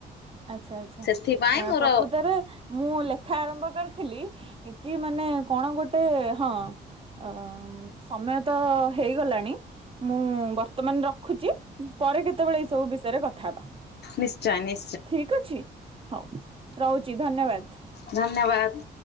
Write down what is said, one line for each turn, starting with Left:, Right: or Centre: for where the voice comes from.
Right: ଆଚ୍ଛା ଆଚ୍ଛା
Left: ସେଥିପାଇଁ
Right: ଆଁ
Left: ମୋର
Right: ପ୍ରକୃତରେ ମୁଁ ଲେଖା ଆରମ୍ଭ କରିଥିଲି କି ମାନେ କଣ ଗୋଟେ ହଁ। ଅ ସମୟ ତ ହେଇଗଲାଣି। ମୁଁ ବର୍ତ୍ତମାନ୍ ରଖୁଛି ପରେ କେତେବେଳେ ଏଇ ସବୁ ବିଷୟରେ କଥା ହେବା।
Left: ନିଶ୍ଚୟେ ନି
Right: ଠିକ୍ ଅଛି ହଉ ରହୁଛି ଧନ୍ୟବାଦ୍।
Left: ଧନ୍ୟବାଦ୍।